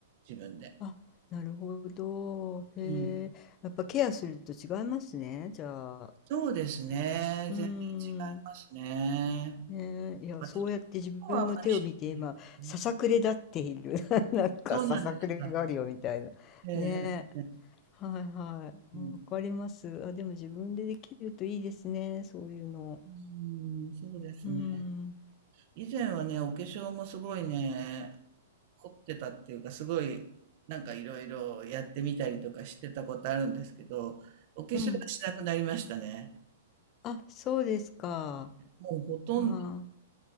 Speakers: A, on the right; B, on the left.
A: 自分で。
B: あ、なるほど。へえ。
A: うん。
B: やっぱケアすると違いますね。じゃあ。
A: そうですね。
B: うーん。
A: 全然違いますね。
B: ねえ、いや、
A: 私
B: そうやって自分の手を見て今、
A: の方はあんまりしないですけどね。
B: ささくれ立っている。<laughs> なんかささくれがあるよみたいな。
A: そうなんですか。ええ、
B: ねえ、
A: ええ、
B: はいはい。
A: うん。
B: わかります。あ、でも自分でできるといいですね、そういうの。
A: うーん、そうですね。
B: うん、
A: 以前はね、お化粧もすごいね、凝ってたっていうか、すごい、なんかいろいろやってみたりとかしてたことあるんですけど、お化粧はしなくなりましたね。
B: うん。あ、そうですか。
A: もうほとんど、
B: あー、